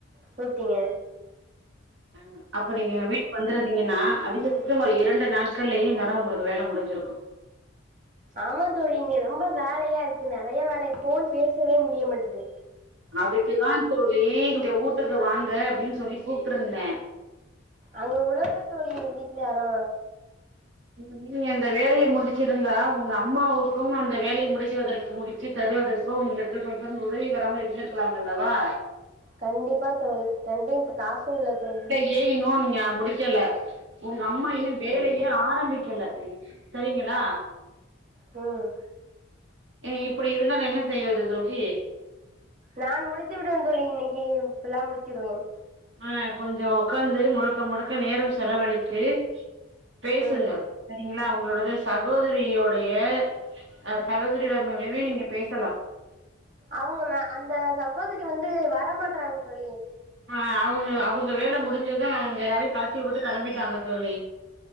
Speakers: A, on the right (about 40°); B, on the right (about 65°).
A: கூப்ட்டீங்க
B: ஆ அப்ப நீங்க எ வீட்டுக் வந்துருந்தீங்கன்னா அதிக பட்சமா ஒரு இரண்டு நாட்கள்லயே இந்நேரோ உங்களுக்கு வேல முடிஞ்சிருக்கு
A: ஆமா தோழி இங்க ரொம்ப வேலையா இருக்கு நெறைய வேல இருக் ஃபோன் பேசவே முடிய மாட்டுக்கு
B: அதுக்குதா தோழி இங்க வூட்டுக்கு வாங்க அப்டின் சொல்லி கூப்ட்ருந்தே
A: அங்கவுடல தோழி எங் வீட்ல யாரு
B: இப்ப நீங்க இந்த வேலைய முடிச்சிருந்தா உங்க அம்மாவுக்கும் அந்த வேலைய முடிச்சுவதற்கு முடி ச்சு தருவதற்கு உங்களுக்கு கொஞ்சம் உதவிகரமா இருந்திருக்கலாம் அல்லவா
A: கண்டிப்பா தோழி என்ட்ட காசு இல்ல தோழி
B: கே இன்னு நீங்க முடிக்கல உங்க அம்மா இன்னு வேலையே
A: ம்
B: ஆரம்பிக்கல சரிங்களா
A: ம்
B: அ இப்படி இருந்தால் என்ன செய்வது தோழி
A: நான் முடித்து விடுவேன் தோழி இன்னைக்கி இப்பல்லாம் முடிச்சிருவேன்
B: அ கொஞ்சோ ஒக்காந்து முழுக்க முழுக்க நேரம் செலவழித்து பேசுங்க
A: ம்
B: சரிங்களா உங்களோடது சகோதரியோடைய அ சகோதரியோட ம் மேவி நீங்க பேசலா
A: அவுங்க மே அந்த சகோதரி வந்து வரமாட்றாங் தோழி
B: ஆ அவுங்கள அவுங்க வேல முடிஞ்சது அவுங்க எல்லாரையு கழ்ட்டி உட்டுட்டு கெளம்பிட்டாங்க தோழி